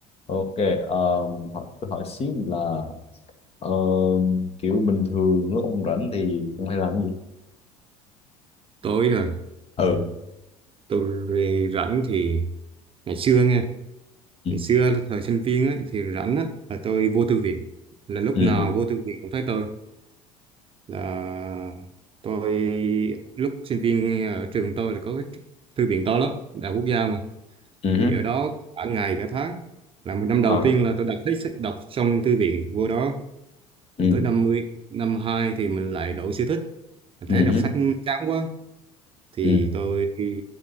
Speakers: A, on the left (about 35°); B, on the right (about 30°).
A: Ok, um, hỏi, tôi hỏi xí là um, kiểu bình thường lúc ông rảnh thì ông hay làm cái gì?
B: Tối hả?
A: ừ
B: Tôi về rảnh thì ngày xưa nghe,
A: ừ
B: ngày xưa là thời sinh viên ấy, thì rảnh á là tôi vô thư viện. Là lúc
A: ừ
B: nào vô thư viện cũng thấy tôi. Là tôi lúc sinh viên ở trường tôi là có cái thư viện to lắm, đại học quốc gia mà.
A: ừ hứ,
B: Thì ở đó cả ngày cả tháng. Là một năm
A: ờ,
B: đầu tiên là tôi đọc hết sách- đọc xong thư viện vô đó.
A: ừ
B: Tới năm mươi năm hai thì mình lại đổi sở thích. Mình
A: ừ
B: thấy đọc
A: hứ,
B: sách chán quá thì
A: ừ
B: tôi đi,